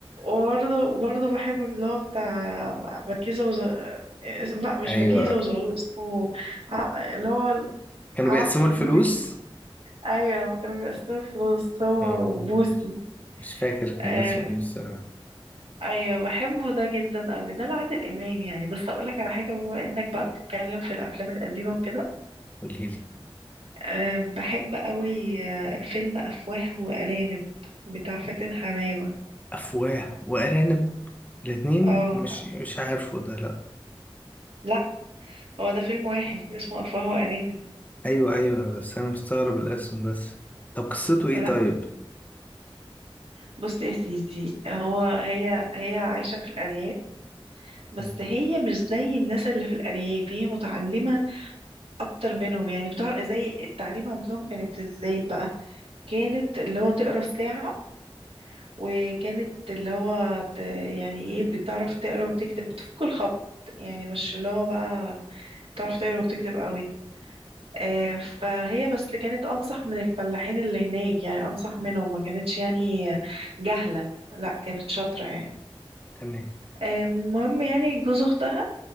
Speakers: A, on the right; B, on the left.
A: وبرضه برضه بحب اللي هو بتاع بكيزة وز اسم لا مش
B: أيوه
A: بكيزة وزغلول اسمه عق... اللي هو
B: كانوا
A: العق...
B: بيقسموا
A: لما
B: الفلوس
A: بيطلع أيوة لما كانوا بيقسموا الفلوس هو
B: آه،
A: وبوسي
B: مش فاكر كان
A: آه...
B: اسمه إيه بصراحة
A: أيوة بحبه ده جدا أوي ده لعادل إمام يعني بس أقولك على حاجة بما إنك بقى بتتكلم في الأفلام القديمة وكده
B: قوليلي
A: آه... بحب أوي آه... فيلم أفواه وأرانب بتاع فاتن حمامة
B: أفواه وأرانب الاتنين
A: اه
B: مش مش عارفه ده لأ
A: لا هو ده فيلم واحد اسمه أفواه وأرانب
B: ايوه ايوه بس انا مستغرب الاسم بس طب قصته ايه
A: لا
B: طيب
A: بص يا سيدي هو هي هي عايشة في الأرياف بس
B: مم.
A: هي مش زي الناس اللي في الأرياف هي متعلمة أكتر منهم يعني بتعرف زي التعليم عندهم كانت ازاي بقى كانت اللي هو تقرا الساعة وكانت اللي هو ت... يعني ايه بتعرف تقرا وتكتب بتفك الخط يعني مش اللي هو بقى بتعرف تقرا وتكتب قوي آه فهي بس كانت أنصح من الفلاحين اللي هناك يعني أنصح منهم ما كانتش يعني جهلة لا كانت شاطرة يعني
B: تمام
A: آه، المهم يعني جوز اختها